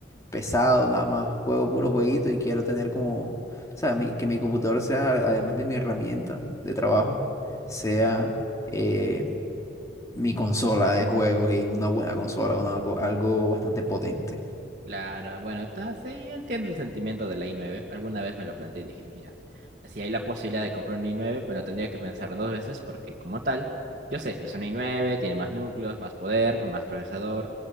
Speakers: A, on the left; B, on the right.
A: pesado, nada más juego puro jueguito y quiero tener como, o sea, mi- que mi computador sea, además de mi herramienta de trabajo, sea eh, mi consola de juegos y una buena consola, una co- algo bastante potente.
B: Claro, bueno, ta- sí, entiendo el sentimiento de la i9. Alguna vez me lo planteé y dije, mira, si hay la posibilidad de comprar un i9, me lo tendría que pensar dos veces porque como tal, yo sé, es un i9, tiene más núcleos, más poder, más procesador,